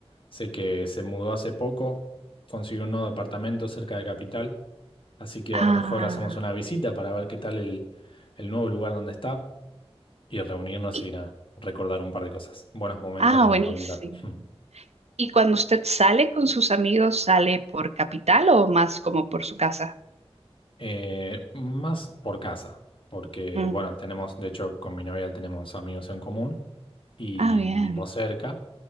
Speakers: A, on the left; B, on the right.
A: sé que se mudó hace poco, consiguió un nuevo departamento cerca de Capital. Así que
B: Ah,
A: a lo mejor hacemos una visita para ver qué tal el, el nuevo lugar donde está y reunirnos
B: y-
A: y nada, recordar un par de cosas, buenos momentos
B: ah,
A: de
B: buenísimo.
A: la facultad. Hmm.
B: ¿Y cuando usted sale con sus amigos, sale por capital o más como por su casa?
A: Eh, más por casa, porque
B: Mm.
A: bueno, tenemos, de hecho, con mi novia tenemos amigos en común y
B: Ah, bien,
A: vivimos cerca,